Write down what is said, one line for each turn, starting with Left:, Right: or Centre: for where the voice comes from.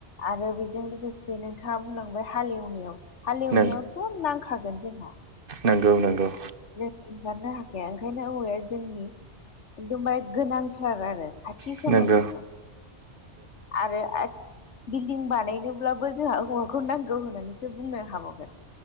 Left: आरो बेजों लोगोसे नोंथाङा बुंलांबाय हालेवनायाव हालेवनायावथ'
Right: नंगौ
Left: न' खागोन जोंहा।
Right: नंगौ नंगौ।
Left: जों ओंखारनो हाखाया ओंखायनो औवाया जोंनि एकदमबारे गोनांथार आरो। खाथि
Right: नंगौ
Left: सोमोन्दो आरो। बिल्डिं बानायनोब्लाबो जोंहा हौवाखौ नांगौ होननानैसो बुंनो हाबावगोन।